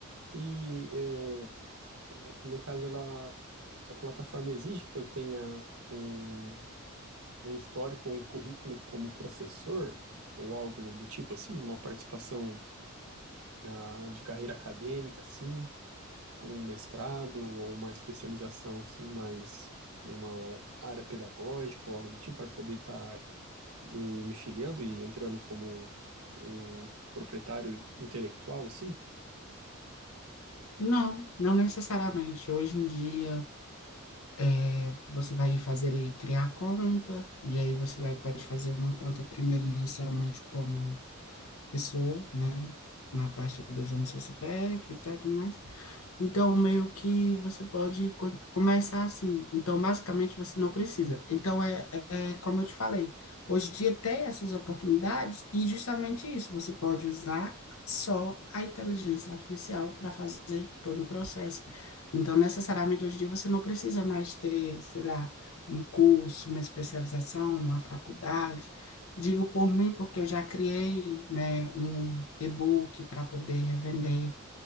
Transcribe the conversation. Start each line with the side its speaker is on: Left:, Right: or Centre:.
Right: E é, no caso ela a plataforma exige que eu tenha um, um histórico, um currículo como professor ou algo do tipo assim, uma participação na, de carreira acadêmica assim. como um mestrado ou uma especialização assim, mais numa área pedagógica ou algo do tipo, para poder estar me, me filiando e entrando como um proprietário intelectual, assim.
Left: Não, não necessariamente. Hoje em dia, é, você vai fazer ali, criar conta, e aí você vai, pode fazer uma conta primeiro inicialmente como pessoa, né? Na parte dos anos do seu CPF e tal, e tudo mais. Então, meio que você pode co- começar assim. Então, basicamente, você não precisa. Então, é, é é como eu te falei, hoje em dia tem essas oportunidades e justamente isso, você pode usar só a inteligência artificial para fazer todo o processo. Então, necessariamente, hoje em dia você não precisa mais ter, sei lá, um curso, uma especialização, uma faculdade. Digo por mim, porque eu já criei, né, um e-book para poder revender.